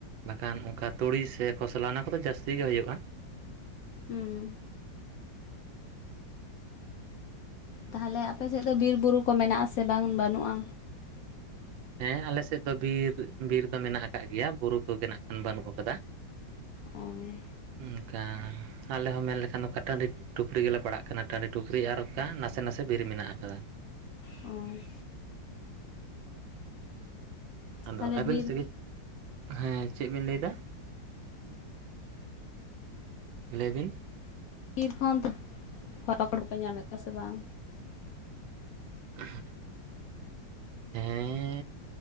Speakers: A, on the right; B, on the left.
A: ᱵᱟᱠᱷᱟᱱ ᱚᱱᱠᱟ ᱛᱩᱲᱤ ᱥᱮ ᱠᱷᱚᱥᱞᱟ ᱚᱱᱟ ᱠᱚᱫᱚ ᱡᱟᱹᱥᱛᱤ ᱜᱮ ᱦᱩᱭᱩᱜ-ᱟ᱾
B: ᱩᱸ᱾ ᱛᱟᱦᱚᱞᱮ ᱟᱯᱮ ᱥᱮᱜ ᱫᱚ ᱵᱤᱨᱼᱵᱩᱨᱩ ᱠᱚ ᱢᱮᱱᱟᱜ ᱟᱥᱮ ᱵᱟᱝ ᱵᱟᱹᱱᱩᱜ-ᱟ?
A: ᱦᱮᱸ ᱟᱞᱮ ᱥᱮᱜ ᱫᱚ ᱵᱤᱨ ᱵᱤᱨ ᱫᱚ ᱢᱮᱱᱟᱜ ᱟᱠᱟᱜ ᱜᱮᱭᱟ ᱵᱩᱨᱩ ᱠᱚᱜᱮ ᱱᱟᱜ ᱠᱷᱟᱱ ᱵᱟᱱᱩᱜ ᱟᱠᱟᱫᱟ᱾
B: ᱚᱸ᱾
A: ᱩᱱᱠᱟ ᱟᱞᱮ ᱦᱚᱸ ᱢᱮᱱ ᱞᱮᱠᱷᱟᱱ ᱱᱚᱠᱟ ᱴᱟᱸᱰᱤ ᱴᱩᱯᱨᱤ ᱜᱮᱞᱮ ᱯᱟᱲᱟᱜ ᱠᱟᱱᱟ ᱴᱟᱺᱰᱤ ᱴᱩᱯᱨᱤ ᱟᱨ ᱚᱱᱠᱟ ᱱᱟᱥᱮ ᱱᱟᱥᱮ ᱵᱤᱨ ᱢᱮᱱᱟᱜ ᱟᱠᱟᱫᱟ᱾
B: ᱚᱸ᱾
A: ᱟᱫᱚ
B: ᱛᱟᱦᱚᱞᱮ
A: ᱟᱵᱤᱱ
B: ᱵᱤᱨ
A: ᱥᱮ ᱜᱤᱡ? ᱦᱮᱸ ᱪᱮᱜ ᱵᱤᱱ ᱞᱟᱹᱭ ᱫᱟ, ᱞᱟᱹᱭ ᱵᱤᱱ?
B: ᱵᱤᱨ ᱠᱚ ᱦᱚᱸ ᱚᱱᱛᱮ ᱠᱷᱚᱱ ᱫᱚ ᱦᱚᱨᱯᱚᱲ ᱯᱮ ᱧᱟᱢᱮᱜ ᱠᱚᱣᱟ ᱥᱮ ᱵᱟᱝ?
A: <inaudible> ᱦᱮᱸᱻ᱾